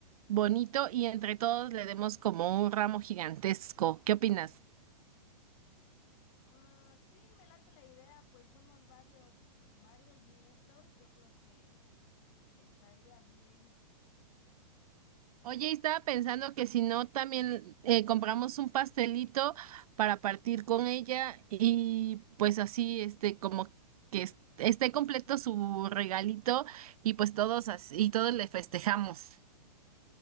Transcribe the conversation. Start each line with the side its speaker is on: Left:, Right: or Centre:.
Right: bonito y entre todos le demos como un ramo gigantesco. ¿Qué opinas?
Left: Ah, sí, me late la idea, pues somos varios, varios nietos, yo creo que estaría bien.
Right: Oye, y estaba pensando que si no, también eh, compramos un pastelito para partir con ella y pues así, este, como que est- esté completo su regalito y pues todos así, y todos le festejamos.